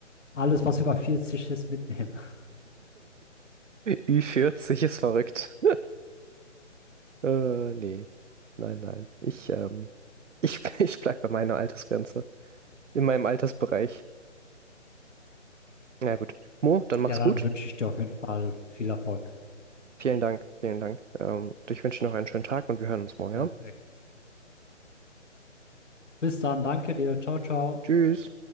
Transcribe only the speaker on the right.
ü vierzig ist verrückt. Äh, nee. Nein, nein. Ich, ähm, ich, <laughs> ich bleib bei meiner Altersgrenze. In meinem Altersbereich. Na ja, gut. Mo, dann mach's
gut.
Vielen Dank, vielen Dank. Ähm, ich wünsche dir noch einen schönen Tag und wir hören uns morgen,
ja?
Tschüss.